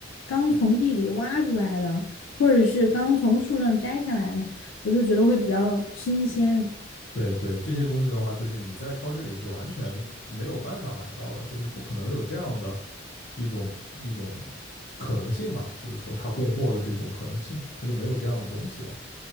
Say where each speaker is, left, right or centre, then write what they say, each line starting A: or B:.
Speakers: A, on the left; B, on the left.
A: 刚从地里挖出来的，或者是刚从树上摘下来的，我就觉得会比较新鲜。
B: 对对，这些东西的话，就是你在超市里是完全没有办法买到的，就是不可能有这样的。一种一种可能性吧，就是说它供货的这种可能性，它就没有这样的东西啊。